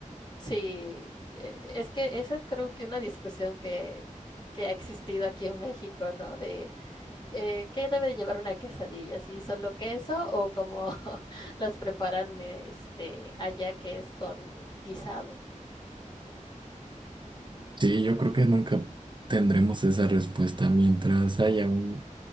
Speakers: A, on the left (about 35°); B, on the right (about 35°).
A: Sí, eh, es que esa es creo que una discusión que, que ha existido aquí en México, ¿no? De eh, qué debe de llevar una quesadilla, si solo queso o como <laughs> las preparan eh, este, allá que es con guisado.
B: Sí, yo creo que nunca tendremos esa respuesta. Mientras haya un,